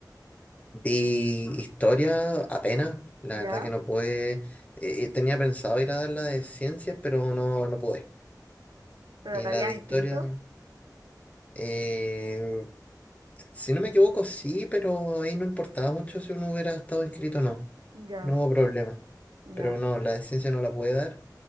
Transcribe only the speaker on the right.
Ya,
pero
te
habías
inscrito.
Ya,
ya.